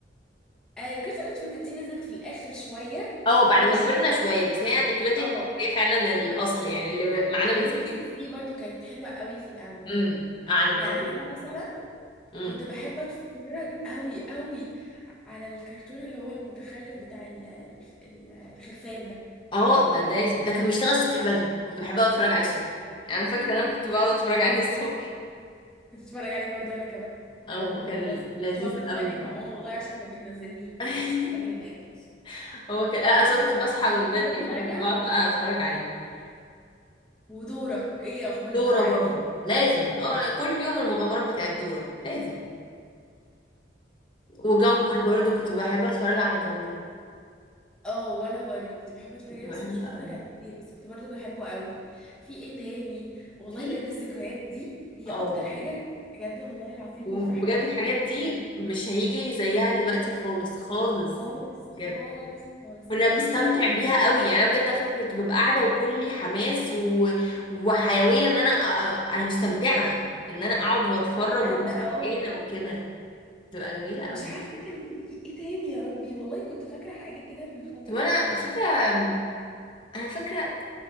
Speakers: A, in the centre; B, on the left.
A: آه كارتون نتورك دي نزلت في الاخر شويه
B: اه بعد
A: ماشي
B: ما كبرنا شوية بس هي نيكلوديان
A: اه
B: كانت هي فعلا الاصل يعني اللي معانا
A: وام
B: من زمان
A: بي سي 3 برضه كانت حلوه قوي في الاول
B: امم قعدت برضو
A: يعني انا مثلا
B: امم
A: كنت بحب اتفرج قوي قوي على الكرتون اللي هو المتخلف بتاع ال- الف- ال- الخرفان ده
B: اه ده لازم ده كان بيشتغل الصبح بدري كنت بحب اقعد اتفرج عليه الصبح انا فاكرة ان انا كنت بقعد اتفرج عليه الصبح
A: كنت اتفرج عليه برضه انا كمان قبل
B: اه
A: المدرسه
B: كان لذيذ
A: كنت بقعد اتخانق
B: قوي
A: مع ماما والله عشان كانت بتنزلني
B: <laughs>
A: قبل ما يخلص
B: هو ك... آه، اصل أنا كنت بصحى
A: وكنت
B: من
A: بحب
B: بدري
A: لما
B: فكنت
A: ارجع
B: بقعد بقى اتفرج عليه
A: ودورة ايه اخبار دورة
B: دورة
A: معاكي
B: برضو لازم اه كل يوم المغامرات بتاعت دورة لازم وجامبل برضو كنت بحب اتفرج على جامبل
A: اه وانا برضو كنت بحب اتفرج
B: كنت
A: عليه
B: بحب
A: بس كنتش بتفرج
B: قوي
A: عليه كتير بس كنت برضو بحبه قوي في ايه تاني والله
B: في
A: بجد الذكريات دي هي
B: اه
A: اكتر حاجة بجد والله العظيم
B: وبجد
A: بفرح قوي
B: الحاجات
A: لما بفتكرها
B: دي مش هيجي زيها دلوقتي خالص خالص
A: خالص خالص
B: بجد
A: خالص
B: كنا
A: بجد
B: بنستمتع
A: فعلا
B: بيها قوي يعني انا بجد فاكره كنت ببقى قاعده وكلي حماس و... وحيويه ان انا أ- انا مستمتعه ان انا اقعد واتفرج
A: بجد
B: ومش
A: اه
B: زهقانه وكده بتبقى جميلة قوي
A: مش عارفة كان في ايه تاني يا ربي والله كنت فاكرة حاجة كده من فترة
B: طب انا فاكره انا فاكره